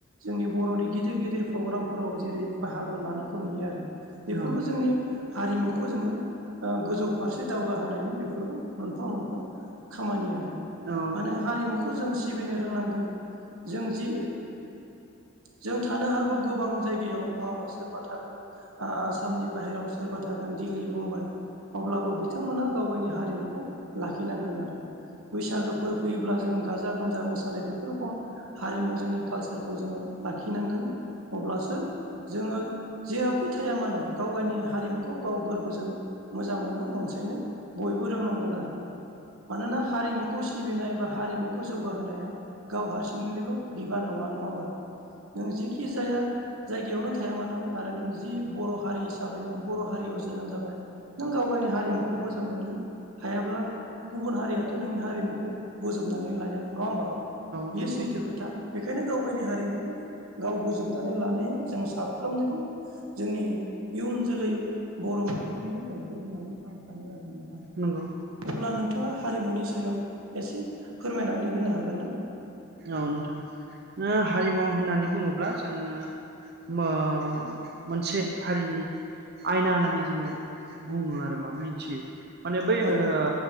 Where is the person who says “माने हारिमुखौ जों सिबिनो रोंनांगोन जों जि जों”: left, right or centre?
Right